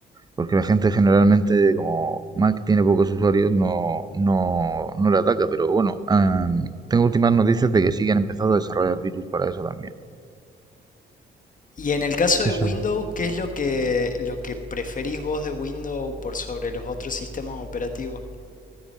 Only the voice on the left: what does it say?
Y en el caso de
Windows,
¿qué es lo que, lo que preferís vos de Windows por sobre los otros sistemas operativos?